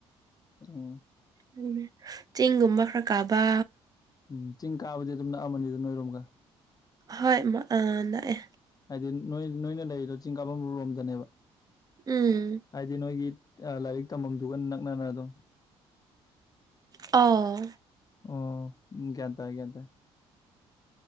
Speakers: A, on the left (about 25°); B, on the right (about 30°).
A: ꯎꯝ
B: ꯎ ꯆꯤꯡꯒꯨꯝꯕ ꯈꯔ ꯀꯥꯕ
A: ꯎꯝ ꯆꯤꯡ ꯀꯥꯕꯗꯤ ꯑꯗꯨꯝ ꯅꯛꯑꯃꯅꯤꯗ ꯅꯣꯏꯔꯣꯒ
B: ꯍꯣꯏ ꯑ ꯂꯥꯛꯑꯦ
A: ꯍꯥꯏꯗꯤ ꯅꯣꯏ ꯅꯣꯏꯅ ꯂꯩꯔꯤꯗꯣ ꯆꯤꯡ ꯀꯥꯐꯝ ꯂꯣꯝꯗꯅꯦꯕ
B: ꯎꯝ
A: ꯍꯥꯏꯗꯤ ꯅꯣꯏꯒꯤ ꯂꯥꯏꯔꯤꯛ ꯇꯝꯐꯝꯗꯨꯒ ꯅꯛꯅꯅ ꯑꯗꯨꯝ
B: ꯑ
A: ꯑꯣ ꯀꯇ ꯀꯇ